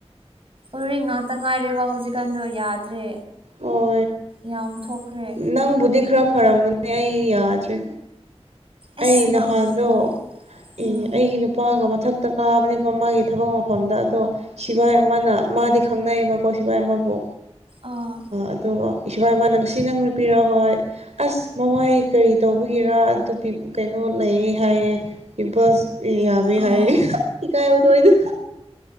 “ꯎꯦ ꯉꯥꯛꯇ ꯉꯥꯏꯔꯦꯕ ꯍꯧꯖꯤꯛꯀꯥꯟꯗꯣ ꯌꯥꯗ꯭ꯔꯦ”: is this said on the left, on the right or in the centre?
Right